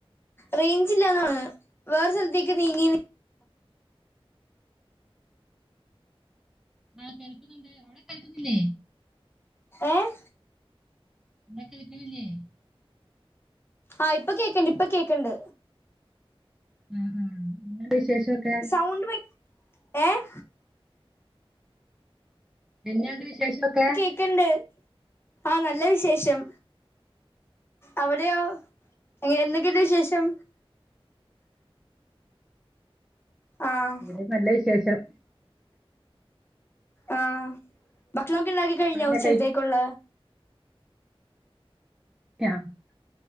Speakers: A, on the left; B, in the centre.
A: റേഞ്ച് ഇല്ലാന്ന് തോന്നുന്നു വേറെ സ്ഥലത്തേക്ക് നീങ്ങീ
B: ആഹ് കേൾക്കുന്നുണ്ട് അവിടെ കേൾക്കുന്നില്ലേ
A: ഏഹ്
B: <unintelligible>
A: ആഹ് ഇപ്പൊ കേൾക്കണ്ട് ഇപ്പൊ കേക്കണ്ട്
B: ആഹ് ആഹ് എന്തുണ്ട് വിശേഷം ഒക്കെ
A: സൗണ്ട് പോയി ഏഹ്
B: എന്നെയണ്ട് വിശേഷമൊക്കെ
A: ഇൻക്ക്ണ്ട് ആഹ് നല്ല വിശേഷം അവിടെയോ എന്തൊക്കെയുണ്ട് വിശേഷം ആഹ്
B: ഇവിടെ നല്ല വിശേഷം
A: ആഹ് ഭക്ഷണമക്കെ ഉണ്ടാക്കി കഴിഞ്ഞോ
B: പണിയൊക്കെ
A: ഉച്ചത്തേക്കുള്ള
B: <unintelligible>